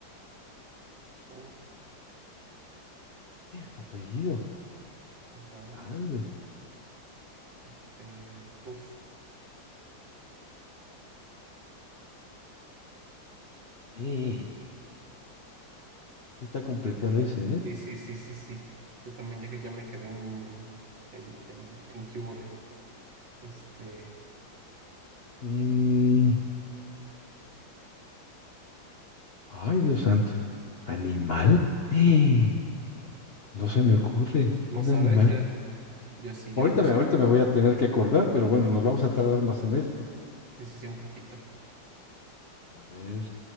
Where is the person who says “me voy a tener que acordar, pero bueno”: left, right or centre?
Left